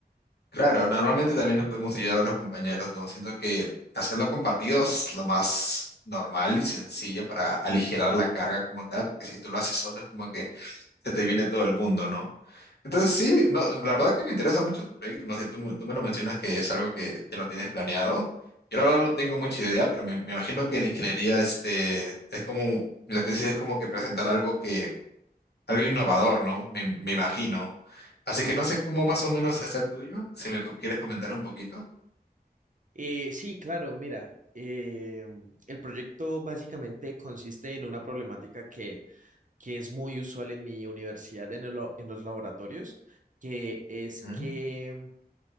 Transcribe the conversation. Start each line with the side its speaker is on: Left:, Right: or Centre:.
Left: Claro, normalmente también nos podemos ayudar a los compañeros, ¿no? Siento que hacerlo compartido es lo más normal y sencillo para aligerar la carga como tal, porque si tú lo haces solo es como que se te viene todo el mundo, ¿no? Entonces sí, no, la verdad que me interesa mucho tu proyecto, no sé, tú, tú me lo mencionas que es algo que, que lo tienes planeado. Yo la verdad no tengo mucha idea, pero me, me imagino que en ingeniería este, es como, la tesis es como que presentar algo algo innovador, ¿no? Me, me imagino. Así que no sé cómo más o menos está el tuyo, si me co- quieres comentar un poquito.
Right: Eh, sí, claro, mira, eh, el proyecto básicamente consiste en una problemática que, que es muy usual en mi universidad, en el la- en los laboratorios, que es
Left: Ujú.
Right: que